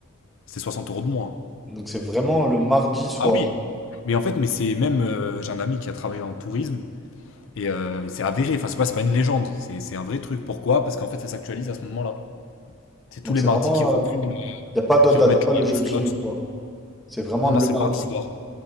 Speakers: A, on the left; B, in the centre.
A: C'était 60 euros de moins.
B: Donc c'est vraiment le mardi soir.
A: Ah oui. Mais en fait, mais c'est même, euh, j'ai un ami qui a travaillé en tourisme et euh, c'est avéré. Enfin, c'est pas, c'est pas une légende. C'est c'est un vrai truc. Pourquoi? Parce qu'en fait, ça s'actualise à ce moment-là. C'est
B: Donc
A: tous les
B: c'est
A: mardis
B: vraiment.
A: qui reprennent,
B: euh, Il n'y a pas d'autre
A: qui
B: date,
A: remettent
B: y a pas
A: les,
B: le
A: les
B: jeudi
A: slots.
B: ou quoi. C'est vraiment
A: Non,
B: le
A: non, c'est
B: mardi.
A: mardi soir.